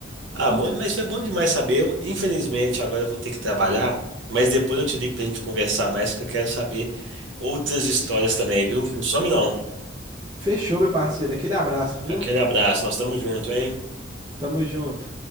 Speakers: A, on the right; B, on the right.
A: Ah, bom, mas foi bom demais saber. Eu, Infelizmente, agora eu vou ter que trabalhar, mas depois eu te ligo pra gente conversar mais, que eu quero saber outras histórias também, viu? Não some não.
B: Fechou, meu parceiro. Aquele abraço, viu?
A: Aquele abraço, nós estamos juntos, hein?
B: Tamo junto.